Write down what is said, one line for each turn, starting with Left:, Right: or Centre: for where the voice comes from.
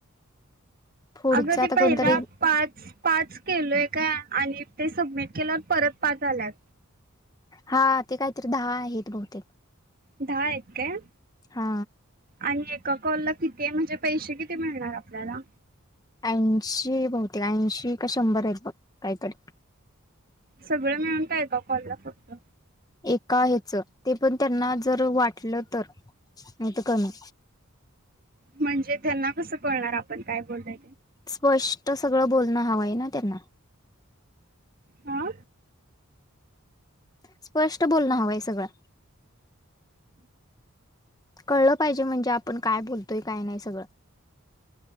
Left: पुढच
Right: आग
Left: आता
Right: ते पहिला
Left: कोणतरी
Right: पाच पाच केलोय काय आणि ते सबमिट केलंवर परत पाच आल्यात
Left: हा ते काहीतरी दहा आहेत बहुतेक
Right: दहा हायत काय?
Left: हा
Right: आणि एका कॉलला किती ते म्हणजे पैसे किती मिळणार आपल्याला
Left: ऐंशी बहुतेक, ऐंशी का शंभर आहेत बघ काहीतरी
Right: सगळं मिळून काय एका कॉलला फक्त
Left: एका ह्याच ते पण त्यांना जर वाटलं तर नाहीतर कमी
Right: म्हणजे त्यांना कसं कळणार आपण काय बोलाय
Left: स्पष्ट सगळं बोलणं हवं आहे ना त्यांना
Right: हा
Left: स्पष्ट बोलण हवंय सगळं कळलं पाहिजे, म्हणजे आपण काय बोलतोय, काय नाही सगळं